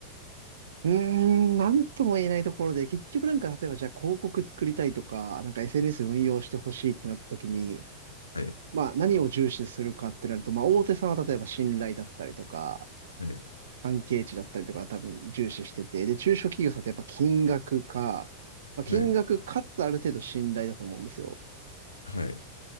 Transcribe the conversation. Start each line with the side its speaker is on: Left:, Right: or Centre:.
Right: うーん、なんとも言えないところで、結局なんか、例えばじゃあ広告作りたいとか、なんか SNS 運用してほしいってなった時に、
Left: はい、
Right: まあ何を重視するかってなると、まあ大手さんは例えば信頼だったりとか、
Left: はい、
Right: 関係値だったりとか多分重視してて、で、中小企業さんってやっぱ金額か、まあ、金額かつある程度信頼だと思うんですよ。
Left: はい、はい、